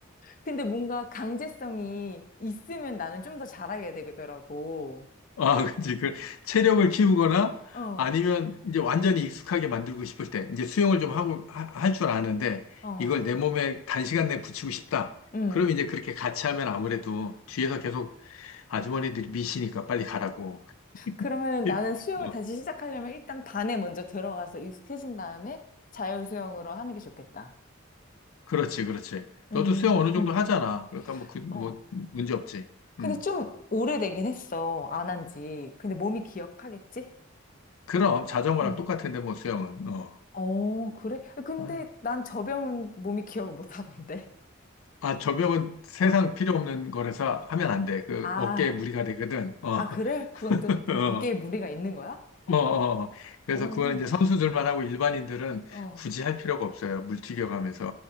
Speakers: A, on the left (about 40°); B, on the left (about 80°).
A: 근데 뭔가 강제성이 있으면 나는 좀 더 잘하게 되더라고.
B: 아, <laughs> 그치. 그 체력을 키우거나
A: 어,
B: 아니면 이제 완전히 익숙하게 만들고 싶을 때 이제 수영을 좀 하고 할 줄 아는데
A: 어,
B: 이걸 내 몸에 단시간 내에 붙이고 싶다.
A: 음.
B: 그럼 이제 그렇게 같이 하면 아무래도 뒤에서 계속 아주머니들이 미시니까 빨리 가라고.
A: 그러면
B: <laughs>
A: 나는 수영을
B: 어,
A: 다시 시작하려면 일단 반에 먼저 들어가서 익숙해진 다음에 자율 수영으로 하는 게 좋겠다.
B: 그렇지, 그렇지.
A: 음,
B: 너도 수영 어느 정도
A: 음,
B: 하잖아. 그러니까 뭐 그, 뭐
A: 어.
B: 문제 없지.
A: 근데
B: 음.
A: 좀 오래되긴 했어. 안 한 지. 근데 몸이 기억하겠지?
B: 그럼 자전거랑
A: 음.
B: 똑같은데 뭐 수영은. 어.
A: 어, 그래? 근데
B: 아이.
A: 난 저병은 몸이 기억을 못 하던데.
B: 아, 저병은 세상
A: 어.
B: 필요 없는 거라서 하면 안 돼. 그
A: 아,
B: 어깨에 무리가 되거든. 어.
A: 아, 그래? 그건 또
B: 어,
A: 어, 어깨에 무리가 있는 거야?
B: 어, 어. 그래서
A: 어,
B: 그거는 이제 선수들만 하고 일반인들은
A: 어.
B: 굳이 할 필요가 없어요. 물 튀겨가면서.